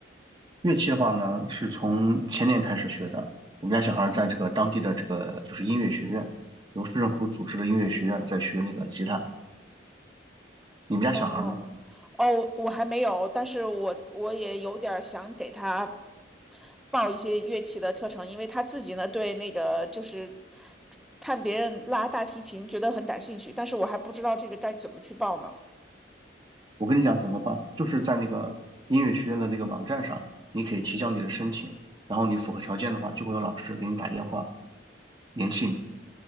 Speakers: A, on the right; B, in the centre.
A: 乐器的话呢，是从前年开始学的。我们家小孩在这个当地的这个就是音乐学院，由市政府组织的音乐学院在学那个吉他。你们家小孩呢？
B: 哦，哦，我还没有，但是我我也有点儿想给他报一些乐器的课程，因为他自己呢对那个就是看别人拉大提琴觉得很感兴趣，但是我还不知道这个该怎么去报呢。
A: 我跟你讲怎么办，就是在那个音乐学院的那个网站上，你可以提交你的申请，然后你符合条件的话，就会有老师给你打电话联系你。